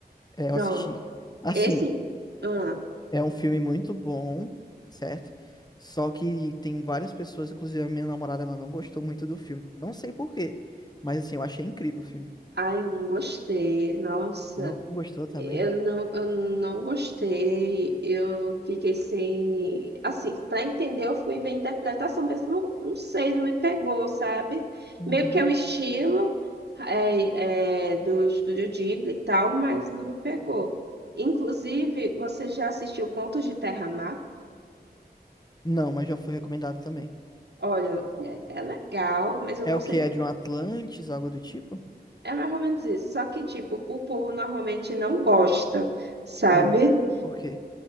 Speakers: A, on the left (about 25°); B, on the right (about 80°).
A: É,
B: Pronto.
A: eu assisti. Assim,
B: Esse. Ah,
A: é um filme muito bom, certo? Só que tem várias pessoas, inclusive a minha namorada, ela não gostou muito do filme. Não sei por quê, mas assim, eu achei incrível o filme.
B: ai, eu não gostei. Nossa.
A: Você não gostou também?
B: Eu não, eu não gostei, eu fiquei sem. Assim, para entender, eu fui ver a interpretação, mas não, não sei, não me pegou, sabe?
A: Uhum.
B: Meio que é o estilo é, é, do estúdio Ghibli e tal, mas não me pegou. Inclusive, você já assistiu Contos de Terra-Mar?
A: Não, mas já foi recomendado também.
B: Olha, é, é legal, mas eu
A: É
B: não
A: o
B: sei.
A: que? É de um Atlantis, algo do tipo?
B: É mais ou menos isso. Só que, tipo, o povo normalmente não gosta, sabe?
A: Hum, por quê?